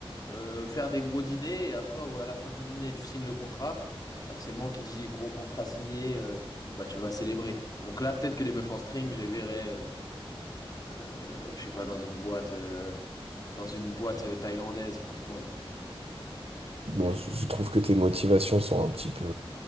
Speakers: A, on the left (about 40°); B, on the right (about 90°).
A: euh, faire des gros dîners, et après, au- à la fin du dîner, tu signes le contrat, et forcément, qui dit gros contrat signé, euh, bah tu vas célébrer. Donc là, peut-être que les meufs en string, je les verrais, euh, euh, je sais pas, dans une boîte, euh, dans une boîte thaïlandaise, franchement.
B: Bon, je je trouve que tes motivations sont un petit peu...